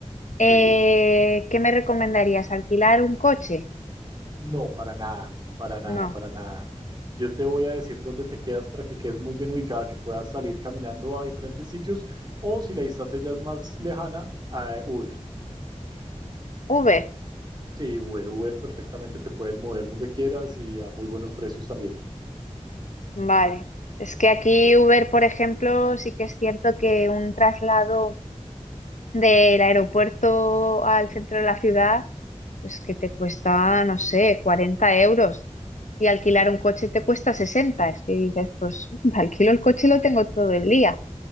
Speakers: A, on the left; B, on the right.
A: eh,
B: Sí.
A: ¿qué me recomendarías? ¿Alquilar un coche?
B: No, para nada, para nada,
A: No,
B: para nada. Yo te voy a decir dónde te quedas para que quedes muy bien ubicada, que puedas salir caminando a diferentes sitios o si la distancia ya es más lejana, a Uber.
A: Uber,
B: Sí, Uber, Uber, perfectamente te puedes mover donde quieras y a muy buenos precios también.
A: vale. Es que aquí Uber, por ejemplo, sí que es cierto que un traslado del aeropuerto al centro de la ciudad, pues que te cuesta, no sé, 40 euros. Y alquilar un coche te cuesta 60. Es que dices, pues <laughs> alquilo el coche y lo tengo todo el día.